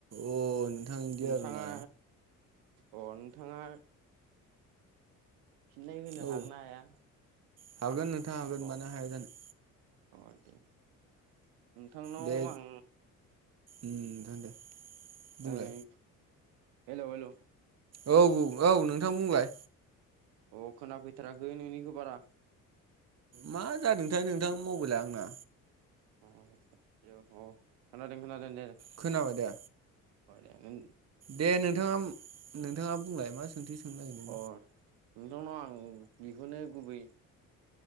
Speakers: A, on the right (about 40°); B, on the right (about 70°).
A: अ नोंथां इदि
B: नोंथाङा
A: आरोना
B: अ नोंथाङा फिननाय होनो
A: औ
B: हागोना हाया?
A: हागोन नोंथां हागोन
B: अ
A: मानो हाया जानो।
B: अ दे नोंथांनाव
A: दे
B: आं
A: उम नोंथां दे। बुंलाय
B: ओं हेल' हेल'।
A: औ बुं, औ नोंथां बुंलाय।
B: अ खोनाफैथाराखै नोंनिखौ बारा।
A: मा जादोंथाय नोंथां मबाइला आंना।
B: अ अ हेलौ अ खोनादों खोनादों दे
A: खोनाबाय दे
B: अ दे ओं
A: दे नोंथाङा नोंथाङा बुंलाय मा सोंथि सोंनो नागिरदोंमोन
B: अ नोंथांनाव आं बिखौनो गुबै